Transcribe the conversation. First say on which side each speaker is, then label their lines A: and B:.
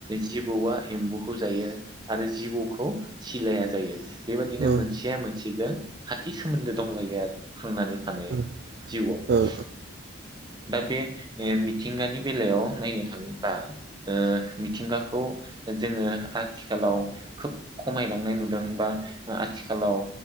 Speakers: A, on the right; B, on the right.
A: जिबौआ एम्बुखौ जायो आरो जिबौखौ सिलाया जायो बेबायदिनो
B: औ
A: मोनसेया मोनसे मोनसेजों खाथि सोमोन्दो दंलायो आरो थांनानै थानाय
B: ओं
A: जिवाव
B: उम
A: दा बे मिथिंगानि बेलायाव नायनो थाङोब्ला ओ मिथिंगाखौ जोङो आथिखालाव खोब खमायलांनाय नुदों बा आथिखालाव